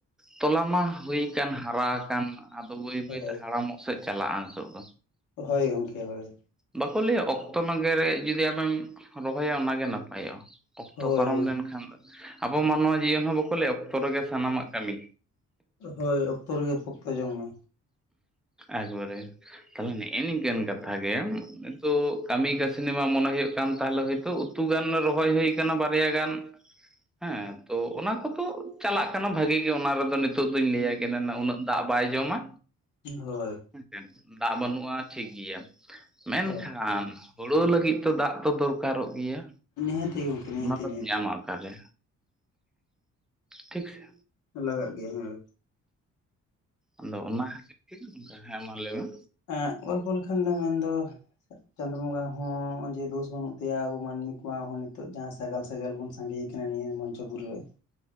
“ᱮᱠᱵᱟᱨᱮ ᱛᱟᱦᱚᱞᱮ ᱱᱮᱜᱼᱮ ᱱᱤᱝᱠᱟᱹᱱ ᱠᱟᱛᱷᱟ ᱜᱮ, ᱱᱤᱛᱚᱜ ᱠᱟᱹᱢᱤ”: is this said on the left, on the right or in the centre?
Centre